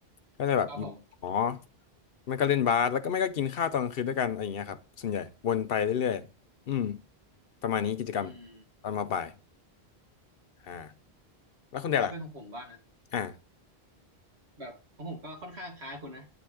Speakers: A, on the left (about 65°); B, on the right (about 80°).
A: ก็เลยแบบอยู่หอ
B: ครับผม
A: ไม่ก็เล่นบาสแล้วก็ไม่ก็กินข้าวตอนกลางคืนด้วยกันอะไรอย่างเงี้ยครับส่วนใหญ่วนไปเรื่อยๆอืมประมาณนี้กิจกรรม
B: อืม
A: ตอนมปลายอ่าแล้วคุณเดชล่ะ
B: ก็เป็นของผมบ้างนะ
A: อ่า
B: แบบของผมก็ค่อนข้างคล้ายคุณนะ